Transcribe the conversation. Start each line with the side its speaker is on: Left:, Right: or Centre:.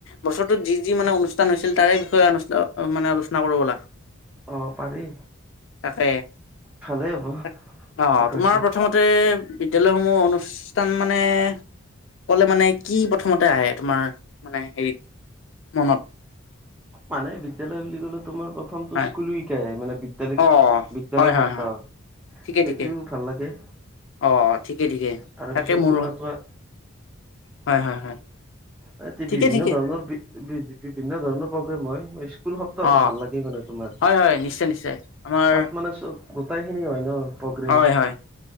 Left: বছৰটোত যি যি মানে অনুষ্ঠান হৈছিল, তাৰে বিষয়ে‌ মানে আলোচনা কৰোঁ বলা।
Centre: অ' পাৰি।
Left: তাকে,
Centre: ভালেই হ'ব
Left: অঁ'
Centre: বিষয়টো
Left: তোমাৰ প্ৰথমত- তে বিদ্যালয়সমূহ অনুষ্ঠান মানে- ক'লে মানে, কি প্ৰথমতে আহে তোমাৰ মানে হেৰিত মনত?
Centre: মানে বিদ্যালয় বুলি ক'লে, তোমাৰ প্ৰথমটো
Left: হয়?
Centre: স্কুল উইকে আহে, মানে বিদ্যালয়ক
Left: অ
Centre: বিদ্যালয়
Left: হয়
Centre: সপ্তাহৰ।
Left: হয় হয় ঠিকে
Centre: সেইটোও
Left: ঠিকে
Centre: ভাল লাগে।
Left: অ' ঠিকে ঠিকে,
Centre: তাৰপিছত
Left: তাকে মোৰো।
Centre: তোমাৰ পৰা
Left: হয়, হয়, হয়।
Centre: তাতে
Left: ঠিকে
Centre: বিভিন্ন
Left: ঠিকে
Centre: ধৰণৰ বি বি বিভিন্ন ধৰণৰ প্ৰগ্ৰেম হয়। স্কুল সপ্তাহটো
Left: অ
Centre: ভাল লাগেই মানে তোমাৰ,
Left: হয় হয় নিশ্চয় নিশ্চয় আমাৰ
Centre: তাত মানে চব- গোটেই খিনি হয় ন, প্ৰগ্ৰেম।
Left: হয় হয়